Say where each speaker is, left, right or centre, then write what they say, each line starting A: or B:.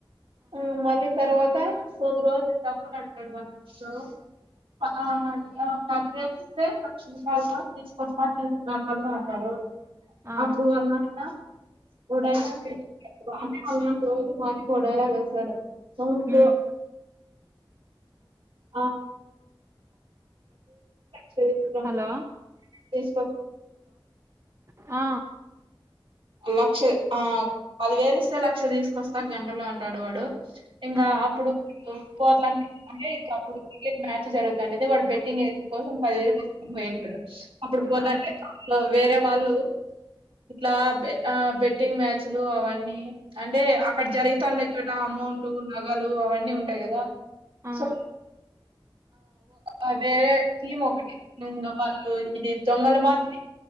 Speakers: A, on the right; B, on the right.
A: ఆ మళ్ళీ తర్వాత కొద్ధి రోజు డబ్బులు అంటాడు వన్ ఆ పదివేలు ఇస్తే లక్ష రూపాయలు తీసుకొస్తా అంటాడు
B: ఆ
A: అప్పుడు వాలంత వడయిలా అ వాళ్ళ రోజు మనీ వడయిలా వేస్తాడు ఆ కో
B: ఉమ్
A: అ <unintelligible> సర స
B: హలో
A: తీసులో
B: ఆ
A: లక్ష ఆ పదివేలు ఇస్తే లక్ష తీసుకొస్తా ఆ గంటలో అంటాడు వాడు ఇంకా
B: ఆ
A: అప్పుడు పోతా అంటే ఇక అప్పుడు క్రికెట్ మ్యాచ్ జరుగుతుంటది వాడు బెట్టింగ్ వస కోసం పదివేలు తీసుకొని పోయింటాడు అప్పుడు పోతాంటే
B: ఆ
A: వేరే వాళ్ళు ఇట్లా ఆ బెట్టింగ్ మ్యాచ్లు అవన్న అంటే అక్కడ జరుగుతా ఉండ చోట అమౌంట్ నగలు అవన్నీ ఉంటాయి కదా
B: ఆ
A: సో‌ ఆ వేరే టీమ్ ఒకటి వాళ్లు ఇది దొంగలు మాత్రమే